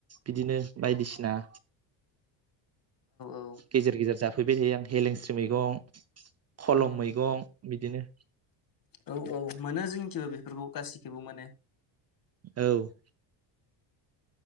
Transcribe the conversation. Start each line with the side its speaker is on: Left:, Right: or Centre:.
Right: बिदिनो बायदिसिना
Left: औ
Right: गेजेर गेजेर जा फैबाय थायो आं हेलेंस्रि मैगं खलम
Left: उम
Right: मैगं बिदिनो
Left: औ औ मोनो जों जोबो बेफोरखौ गाससिखौबो मोने
Right: औ